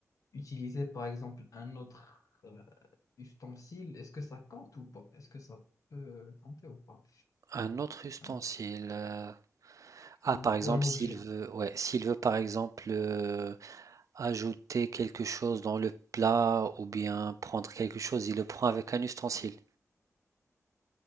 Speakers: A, on the left; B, on the right.
A: utiliser par exemple un autre euh, ustensile, est-ce que ça compte ou pas? Est-ce que ça peut euh, compter ou pas?
B: Un autre ustensile.
A: Hein.
B: euh, Ah,
A: Ou,
B: par exemple,
A: ou un
B: s'il
A: objet.
B: veut, ouais, s'il veut, par exemple, euh, ajouter quelque chose dans le plat ou bien prendre quelque chose, il le prend avec un ustensile.